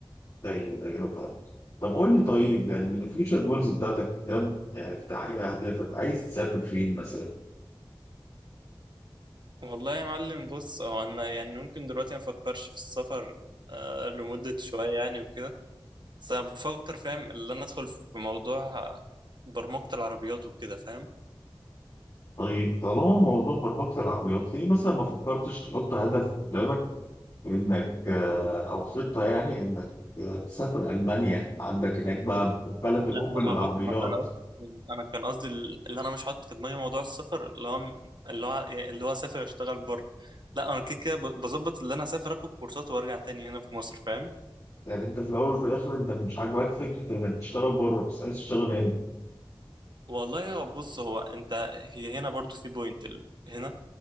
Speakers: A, on the left; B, on the right.
A: ايوه ايوه فاهم طب قول لي طيب يعني من الفيوتشر جولز بتاعتك قدام يعني في تحقيق اهدافك عايز تسافر فين مثلا
B: والله يا معلم بص هو انا يعني ممكن دلوقتي ما افكرش في السفر آه، لمدة شوية يعني وكده بس انا بفكر فاهم اللي انا ادخل في موضوع برمجة العربيات وكده فاهم
A: طيب طالما موضوع مربطة العقليات ليه مثلا ما فكرتش تحط هدف قدامك انك آه، او خطة يعني انك آه، تسافر المانيا عندك هناك بقى بلد الام
B: لا ما ما
A: للعربيات
B: بص ما انا قصدي- انا كان قصدي اللي انا مش حاطط في دماغي موضوع السفر اللي هو اللي هو اللي هو اسافر اشتغل بره لا انا كده كده ب- بظبط اللي انا اسافر اخد كورسات وارجع تاني هنا في مصر فاهم
A: يعني انت في الاول وفي الاخر انت مش عاجباك فكرة انك تشتغل بره بس عايز تشتغل هنا
B: والله هو بص هو انت هي هنا برضو في بوينت ال- هنا